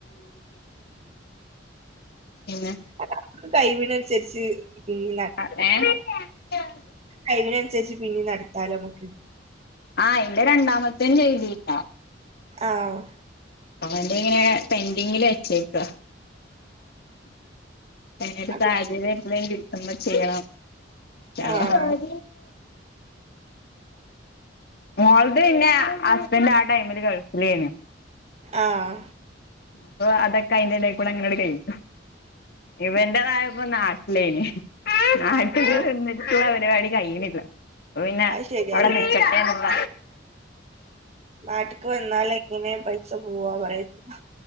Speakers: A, on the left; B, on the right.
A: പിന്നെ.
B: അ കൈവിനനുസരിച്ച് പിന്നെ,
A: <unintelligible>
B: കൈവിനനുസരിച്ച് പിന്നെ നടത്താലോ അമ്മക്ക്.
A: ആഹ് ഇന്റെ രണ്ടാമതേം ചെയ്തീല്ല.
B: ആഹ്.
A: അന്റെ ഇങ്ങനെ പെന്ഡിങ്ങില് വച്ചേക്ക. അയ്നൊരു
B: അത്
A: സാഹച്യര്യം എപ്പളെലും കിട്ടുമ്പ ചെയ്യണം, ഇന്ഷാ അള്ളഹ്.
B: ആഹ്
A: മോളത് പിന്നെ ഹസ്ബൻഡ് ആ ടൈമില് ഗൾഫിലെനു.
B: ആഹാ
A: അപ്പോ അതൊക്കെ അയിന്റെ- എടേക്കൂടെ അങ്ങടങ്ങ് കയ്ഞ്ഞു ഇവരും. എതായപ്പോ നാട്ടിലേന് നാട്ടില്-
B: ആഹ്
A: വന്നിട്ടുള്ള പരിപാടി കഴിയിണില്ല. പിന്നെ
B: അത് ശരിയാല്ലേ
A: അവിടെ നിക്കട്ടേന്നുള്ള.
B: നാട്ട്ക്ക് വന്നാല എങ്ങനെയെ- പൈസ പോവാ പറയ പറ്റൂല.